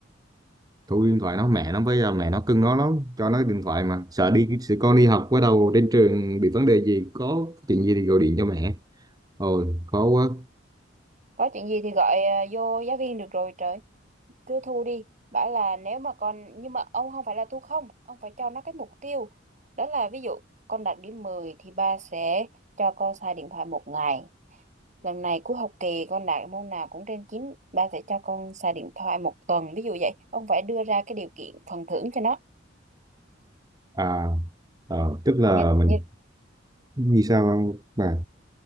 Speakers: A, on the right; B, on the right.
A: thu điện thoại nó mẹ nó bây giờ mẹ nó cưng nó lắm cho nó điện thoại mà sợ đi sợ con đi học bắt đầu trên trường bị vấn đề gì có chuyện gì thì gọi điện cho mẹ ôi khó quá
B: có chuyện gì thì gọi ờ, vô giáo viên được rồi trời cứ thu đi bảo là nếu mà con nhưng mà ông không phải là thu không ông phải cho nó cái mục tiêu đó là ví dụ con đạt điểm 10 thì ba sẽ cho con xài điện thoại một ngày lần này cuối học kỳ con đạt môn nào cũng trên chín ba sẽ cho con xài điện thoại một tuần ví dụ vậy ông phải đưa ra cái điều kiện phần thưởng cho nó
A: à Ờ, tức là
B: như,
A: mình
B: như
A: vì sao không bà